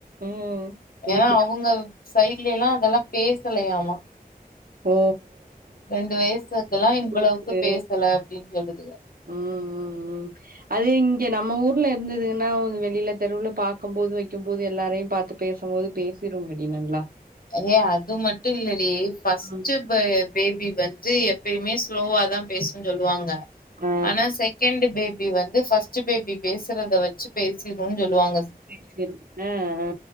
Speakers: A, on the right; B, on the left.
A: ம் இதுக்கே
B: ஏன்னா அவுங்க சை ட்லேல்லா அதெல்லாம் பேசலையாமா
A: ஓ
B: ரெண்டு வயசுக்குல்லா இவ்ளவுக்கு
A: குடுத்து
B: பேசல அப்டின் சொல்லுத்
A: ம் ம் ம் அது இங்கெ நம்ம ஊர்ல இருந்துதுங்னா <unintelligible> வெளியில தெருவுல பாக்கம் போது வெக்கெம் போது எல்லாரையும் பாத்து பேசம் போது பேசிருங்கடி நல்லா
B: ஏ அது மட்டு இல்லடி ஃபஸ்ட்டு
A: ம்
B: ப பேபி வந்து எப்பயுமே ஸ்லோவா தா பேசுன் சொல்லுவாங்க
A: ஆ
B: ஆனா செகெண்டு பே பி வந்து ஃபஸ்ட்டு பேபி பேசுறத வச்சி பேசிடுன் சொல்லுவாங்
A: சேர் செரி ஆ ஆ